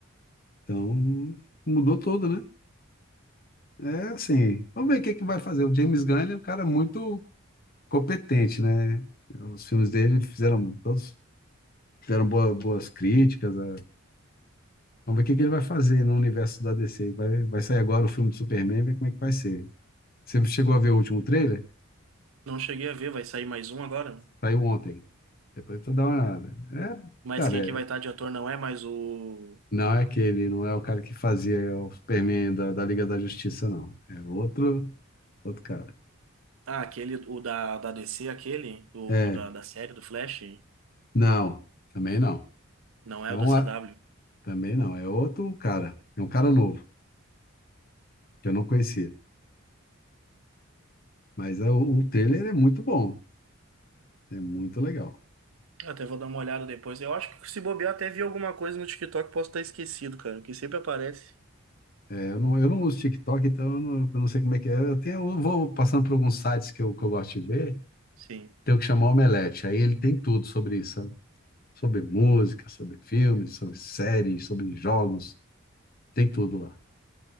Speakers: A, on the left; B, on the right.
A: Então, mudou tudo, né? É assim, vamos ver o que que vai fazer. O James Gunn, ele é um cara muito competente, né? Os filmes dele fizeram, todos fizeram boa- boas críticas. né? Vamos ver o que que ele vai fazer no universo da DC. Vai, vai sair agora o filme do Superman, ver como é que vai ser. Você chegou a ver o último trailer?
B: Não cheguei a ver, vai sair mais um agora?
A: Saiu ontem. Depois tu dá uma olhada. É,
B: Mas
A: cara,
B: quem que vai
A: é-
B: estar de ator não é mais o.
A: não é aquele, não é o cara que fazia o Superman da, da Liga da Justiça, não. É outro, outro cara.
B: Ah, aquele, o da, da DC, aquele, o
A: É,
B: da, da série do Flash,
A: não, também não.
B: não é
A: É um,
B: o da CW.
A: Também não, é outro cara. É um cara novo, que eu não conhecia. Mas é, o, o trailer é muito bom, é muito legal.
B: Eu até vou dar uma olhada depois. Eu acho que se bobear, até vi alguma coisa no TikTok, posso estar esquecido, cara, que sempre aparece.
A: É, eu não, eu não uso TikTok, então eu não, eu não sei como é que é. Eu, tenho, eu vou passando por alguns sites que eu, que eu gosto de ver,
B: Sim.
A: tenho que chamar o Omelete. Aí ele tem tudo sobre isso, sabe? Sobre música, sobre filmes, sobre séries, sobre jogos, tem tudo lá.